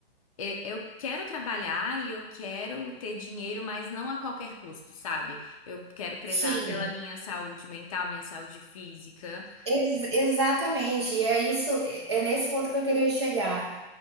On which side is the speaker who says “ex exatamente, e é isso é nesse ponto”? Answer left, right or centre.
Right